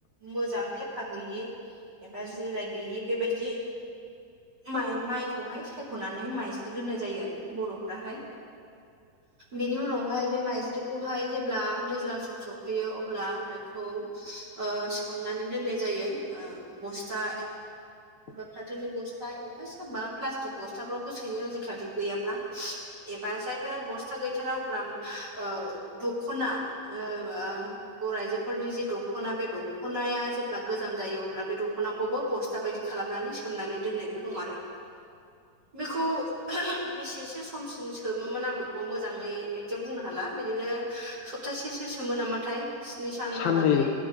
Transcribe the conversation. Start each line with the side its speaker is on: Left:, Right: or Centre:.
Right: मोजां थेफा गैयि। एबा जिराय गैयि बेबायदि। माइ माइखौहाय सायख'नानै माइज्लि दोननाय जायो आरो बर'फ्राहाय। बिनि उनावहाय बे माइजलि बेहाय जेब्ला दैज्लां सम सफैयो अब्ला बेखौ ओ सोमनानै दोननाय जायो बस्था
Left: <inaudible>
Right: फाथोनि बस्था एबा सोरबा प्लास्टिक बस्थाफ्रावबो सोयो आजिखालि गैयाब्ला। एबा जायफोरा बस्था गैथार अब्ला ओ दख'ना ओ बर' आइजोफोरनि जे दख'ना बे दख'नाया जेब्ला गोजाम जायो अब्ला बे दख'नाखौबो बस स्था बायदि खालामनानै सोमनानै दोननायबो दं आरो।
Left: <inaudible>
Right: बेखौ <unintelligible> बेसेसो समसिम सोमोमोन आं बेखौ मोजाङै एकजेट बुंनो हाला बिदिनो सप्तासेसो सोमो नामाथाय स्नि सानहालागै
Left: साननै